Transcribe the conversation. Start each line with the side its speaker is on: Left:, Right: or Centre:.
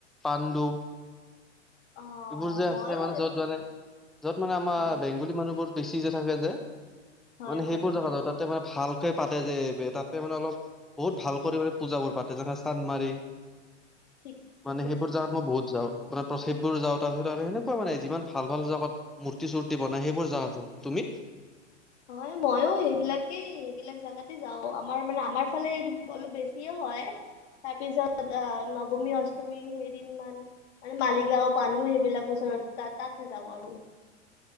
Centre: পাণ্ডু
Left: অ
Centre: এইবোৰ যে আছে
Left: মইয়ো
Centre: মানে য'ত মানে য'ত মানে আমাৰ
Left: হয়
Centre: বেংগলী মানুহবোৰ বেছি যে থাকে যে
Left: হয়
Centre: মানে
Left: হয়
Centre: সেইবোৰ
Left: হয়
Centre: জা যা তাতে মানে ভাল <unintelligible> পাতে যে তাতে মানে অলপ বহুত ভাল কৰি মানে পূজাবোৰ পাতে যেনে চান্দ মাৰি
Left: ঠিক ঠিক
Centre: মানে
Left: কৈছা
Centre: সেইবোৰ যাৱাত মই বহুত যাওঁ মানে প্ৰথেপবোৰ যাওঁ তাৰপিছত আৰু সনেকুৱা মানে যিমান ভাল ভাল জাগাত মূৰ্তি চূতি বনাই সেইবোৰ জাগাত যাওঁ তুমি <unintelligible> <inaudible>
Left: হয় মইও সেইবিলাকেই সেইবিলাক জাগাতে যাও আমাৰ মানে আমাৰ ফালে অলপ বেছিয়ে হয় তাৰ পিছত আহ নৱমী অষ্টমী সেইদিন মান মানে মালিগাঁও পাণ্ডু সেইবিলাক ওচৰত তাতে যাওঁ আৰু